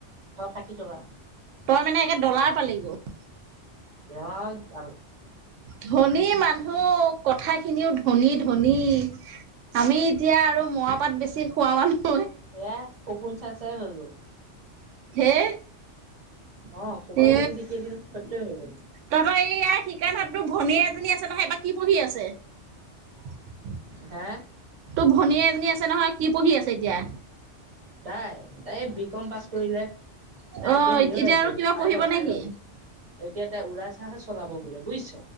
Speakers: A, on the right (about 30°); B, on the right (about 85°).
A: হ'ব এশ ষাঠি
B: ',
A: টকা
B: তই মানে একে ডলাৰ পালিগৈ। <inaudible>
A: এ আৰু
B: ধনী মানুহ কথাখিনিও ধনী - ধনী আমি এতিয়া আৰু মৰা পাত বেছি বেচি খোৱা মানুহ।
A: এ কপোন চা <unintelligible> জয় হয়ং গু <unintelligible>
B: হে,
A: অ সপোন
B: এ
A: দেখি দেখি এদিন সত্যই হৈ গ'ল
B: তহত এইয়া শিকনাটো ভনীয়ে এজনী আছে নহয় এইবা কি পঢ়ি আছে। <unintelligible>
A: হেহ।
B: তোৰ ভনীয়ে এজনী আছে নহয় কি পঢ়ি আছে এতিয়া।
A: তাই -তাই বি কম পাছ কৰিলে। তাই
B: অহ
A: হেৰি
B: ',
A: হৈ
B: এতিয়া
A: আছে
B: আৰু কিবা
A: পাইলট
B: পঢ়িব নেকি?
A: পাইলট এতিয়া তাই উৰা জাহাজ চলাব বোলে বুইচ।